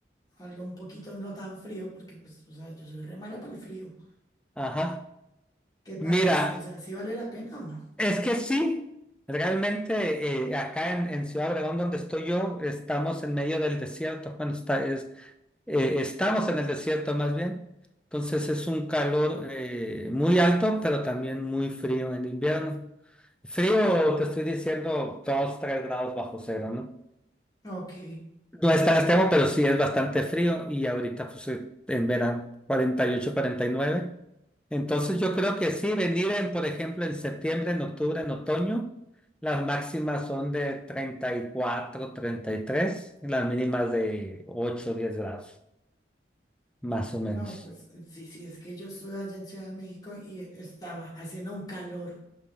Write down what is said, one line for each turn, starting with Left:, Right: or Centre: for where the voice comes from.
Left: algo un poquito no tan frío, porque pues, o sea, yo soy re mala para el frío.
Centre: Ajá.
Left: ¿Qué tal
Centre: Mira,
Left: es? O sea, si vale la pena o no?
Centre: es que sí, realmente eh, acá en, en Ciudad Obregón, donde estoy yo, estamos en medio del desierto. Bueno, está, es, eh, estamos en el desierto más bien. Entonces es un calor eh, muy alto, pero también muy frío en invierno. Frío, te estoy diciendo, 2 3 grados bajo cero, ¿no?
Left: Ok.
Centre: No es tan extremo, pero sí es bastante frío y ahorita pues eh, en verano 48, 49. Entonces yo creo que sí, venir en, por ejemplo, en septiembre, en octubre, en otoño, las máximas son de 34, 33, y tres, y las mínimas de 8, 10 grados, más o menos.
Left: No, pues eh, sí, sí, es que yo estuve allá en Ciudad de México y estaba haciendo un calor